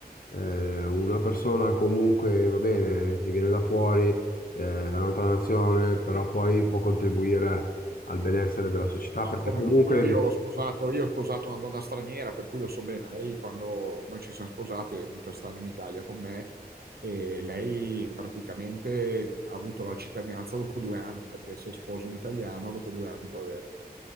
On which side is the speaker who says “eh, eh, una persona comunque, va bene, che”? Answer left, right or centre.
Left